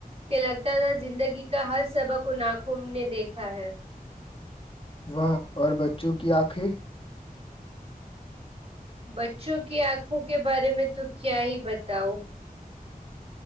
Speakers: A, on the right (about 40°); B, on the left (about 35°).
A: کہ لگتا تھا زندگی کا ہر سبق ان ناخوں نے دیکھا ہے
B: واہ اور بچوں کی آنکھیں
A: بچوں کی آنکھوں کے بارے میں تو کیا ہی بتاؤ